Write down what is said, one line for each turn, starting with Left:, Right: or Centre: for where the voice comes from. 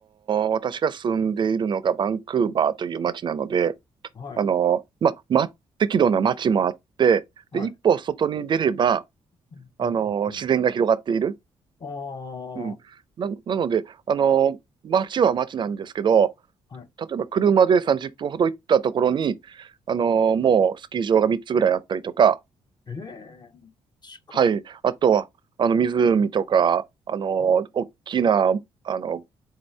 Right: ー私が住んでいるのがバンクーバーという街なので、
Left: はい、
Right: あのーま、ま、適度な街もあって、
Left: はい。
Right: で、一歩外に出れば、
Left: うんうんうん
Right: あのー自然が広がっている。
Left: ああ
Right: うん。な、なので、あのー街は街なんですけど、
Left: はい。
Right: 例えば車で30分ほど行ったところに、あのーもうスキー場が3つぐらいあったりとか、
Left: ええ近っ。
Right: はい。あとは、あの、湖とか、あの、
Left: はい。
Right: 大きな、あの、